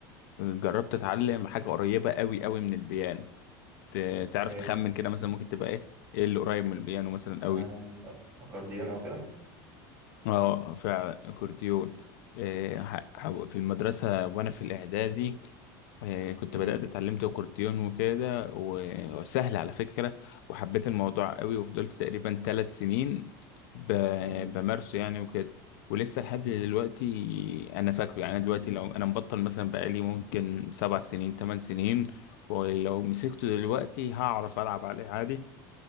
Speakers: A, on the left; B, on the right.
A: جربت اتعلم حاجة قريبة قوي قوي من البيانو ت- تعرف
B: إيه
A: تخمن كده مثلا ممكن تبقى ايه ايه اللي قريب من البيانو مثلا قوي
B: آه، أكورديون أو كده
A: اه فعلا اكورديون إيه، ح- ح- في المدرسة وانا في الاعدادي إيه، كنت
B: م-
A: بدأت اتعلمت اكورديون وكده و- وسهل على فكرة وحبيت الموضوع قوي وفضلت تقريبا ثلاث سنين ب-
B: م-
A: بمارسه يعني وكده ولسه لحد دلوقتي انا فاكره يعني أنا دلوقتي لو انا مبطل مثلا بقالي ممكن سبع سنين ثمان سنين ولو مسكته دلوقتي هعرف العب عليه عادي